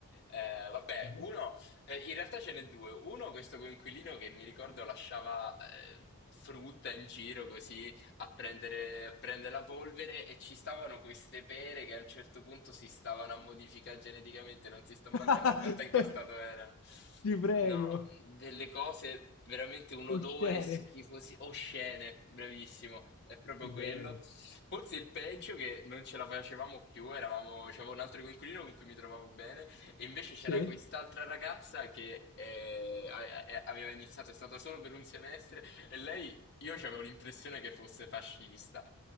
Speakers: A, on the left; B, on the left.
A: Eh, vabbè,
B: Mhm.
A: uno, eh, in realtà ce n'è due. Uno, questo coinquilino che mi ricordo lasciava eh, frutta in giro così a prendere, a prendere la polvere e ci stavano queste pere che a un certo punto si stavano a modificare geneticamente, non ti sto manco
B: <laughs>
A: a raccontare in che stato erano.
B: Ti prego,
A: No, delle cose veramente un
B: oscene,
A: odore schifosi, oscene, bravissimo, è proprio
B: ti
A: quello.
B: prego.
A: Forse il peggio che non ce la facevamo più, eravamo, c'avevo un altro coinquilino con cui mi trovavo bene, e invece c'era
B: Sì?
A: quest'altra ragazza che eh, a- a- aveva iniziato, è stata solo per un semestre, e lei io avevo l'impressione che fosse fascista,